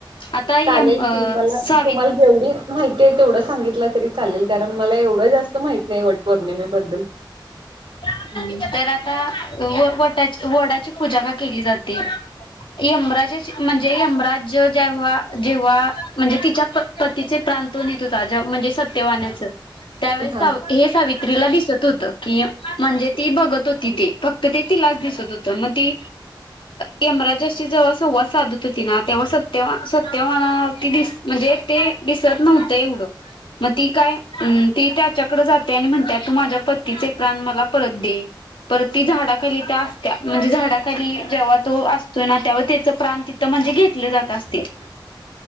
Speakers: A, on the left; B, on the right.
A: आता यम
B: चालेल
A: अ
B: की मला
A: सावित
B: तुम्हाला जेवढी माहिती आहे तेवढं सांगितलं तरी चालेल कारण, मला एवढं जास्त माहित नाही वट पौर्णिमेबद्दल
A: हम्म, तर आता वटाची वडाची पूजा का केली जाते? यमराजाची म्हणजे यमराज्य ज जेव्हा जेव्हा म्हणजे तिच्या पतीचे प्राण तो नेत होता जेव्हा म्हणजे सत्यवानाच त्यावेळेस
B: हा
A: साव हे सावित्रीला दिसत हुत की म्हणजे ती बघत होती ती फक्त ते तिलाच दिसत होत मग ती यमराजाशी जेव्हा संवाद साधत होती ना तेव्हा सत्यवान सत्यवानाला ती दिस म्हणजे ते दिसत नव्हतं एवढं मग ती काय अ ती त्याच्याकड जाते आणि म्हणत्या तू माझ्या पतिचे प्राण मला परत दे परत ती झाडाखाली त्या असत्या म्हणजे झाडाखाली जेव्हा तो असतोय ना तेव्हा त्याच प्राण तिथ म्हणजे घेल जात असतील